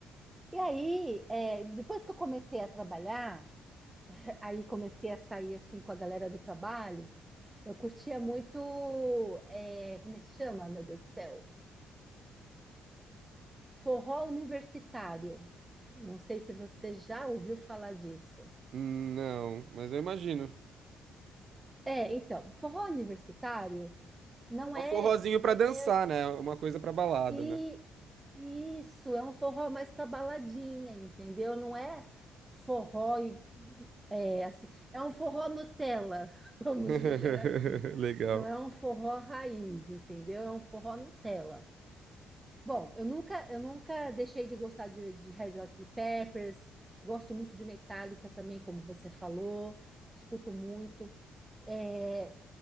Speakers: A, on the right; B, on the right.
A: E aí, é, depois que eu comecei a trabalhar, aí comecei a sair, assim, com a galera do trabalho, eu curtia muito, é, como é que chama, meu Deus do céu? Forró universitário. Não sei se você já ouviu falar disso.
B: Hum, Não, mas eu imagino.
A: É, então, forró universitário não
B: É
A: é,
B: um forrozinho pra
A: é,
B: dançar,
A: é-
B: né? Uma coisa pra balada,
A: e
B: né?
A: isso é um forró mais para baladinha, entendeu? Não é forró e- é assim, é um forró Nutella, <laughs> vamos
B: <laughs>
A: dizer assim.
B: Legal.
A: Não é um forró raiz, entendeu? É um forró Nutella. Bom, eu nunca, eu nunca deixei de gostar de, de Red Hot Chili Peppers, gosto muito de Metallica também, como você falou, escuto muito. É,